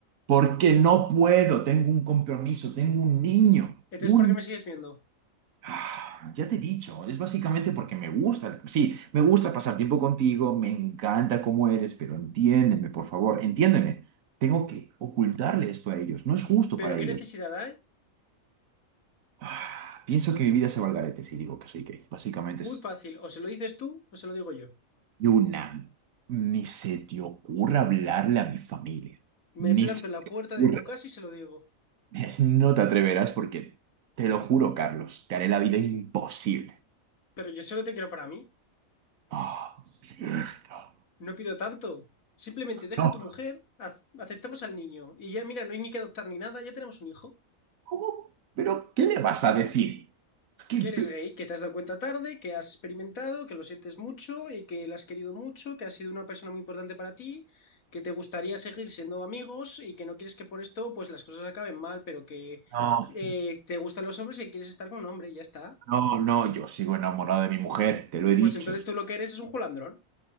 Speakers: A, on the right (about 80°); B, on the left (about 90°).
A: Porque no puedo, tengo un compromiso, tengo un niño,
B: Entonces,
A: un
B: ¿por qué me sigues viendo?
A: Ah, Ya te he dicho, es básicamente porque me gusta, sí, me gusta pasar tiempo contigo, me encanta cómo eres, pero entiéndeme, por favor, entiéndeme. Tengo que ocultarle esto a ellos, no es justo
B: Pero
A: para
B: ¿qué
A: ellos.
B: necesidad hay?
A: Ah, Pienso que mi vida se va al garete si digo que soy gay. Básicamente
B: Muy
A: es
B: fácil, o se lo dices tú o se lo digo yo.
A: una. ni se te ocurra hablarle a mi familia,
B: Me
A: ni
B: planto
A: se
B: en la
A: te
B: puerta
A: ocurra.
B: de tu casa y se lo digo.
A: <laughs> No te atreverás porque, te lo juro, Carlos, te haré la vida imposible.
B: Pero yo solo te quiero para mí,
A: Ah, mierda.
B: no pido tanto. Simplemente deja
A: No,
B: a tu mujer, ac- aceptamos al niño, y ya mira, no hay ni que adoptar ni nada, ya tenemos un hijo.
A: ¿Cómo? ¿Pero qué le vas a decir? ¿Qué
B: que eres
A: pe-
B: gay, que te has dado cuenta tarde, que has experimentado, que lo sientes mucho y que la has querido mucho, que has sido una persona muy importante para ti, que te gustaría seguir siendo amigos y que no quieres que por esto pues las cosas acaben mal, pero que
A: No,
B: eh, te gustan los hombres y que quieres estar con un hombre, y ya está.
A: no, no, yo sigo enamorado de mi mujer, te lo he dicho.
B: Pues entonces tú lo que eres es un julandrón. O